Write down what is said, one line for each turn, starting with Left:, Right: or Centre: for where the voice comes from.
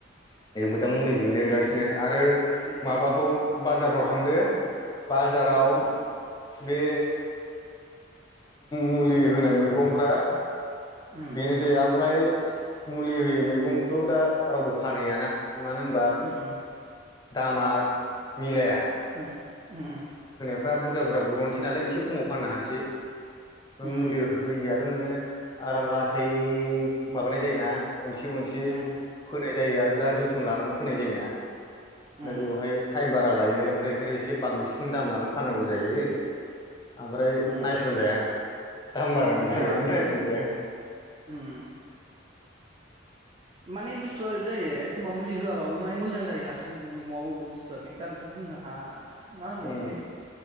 Left: जबो दा मुलिजों देरगासिनो आरो
Right: उम
Left: माबाखौ बाजारफ्राव थांदो बाजाराव
Right: औ
Left: बे मुलि होनाय मैगंफ्रा
Right: उम
Left: बेनोसै ओमफ्राय मुलि होयो मैगंखौथ' दा रावबो फानहैयाना मानो होनबा
Right: उम उम
Left: दामा मिलाया
Right: ओम उम उम
Left: फ्रा बुरज बुरज बर'नोसै नालाय एसे समाव फाननो हानोसै
Right: उम
Left: मुलि होया थ' नोङो आराम लासै माबानाय जायोना अनसे गनसे
Right: उम
Left: फोनाय जायो आरो बिराद जोथोन लानानै फोनाय जायोना दा
Right: उम
Left: बेवहाय टाइम बा लायो ओमफ्राय बेखाय एसे बांसिन दाम लानानानै फाननांगौ जायो ओमफ्राय
Right: उम
Left: नायस'नजाया दामबारानो
Right: नङाबा
Left: थाखायागायनो दायसदि
Right: उम माने बुस्थुआ ओरैबो जायो एखमबा मुलि होआाबो माने मोजां जायो हारसिं मैगंाबो बबेबा बुस्थुआ बे दा बेखौ बुंनो हा मा होनबावनोसै
Left: उम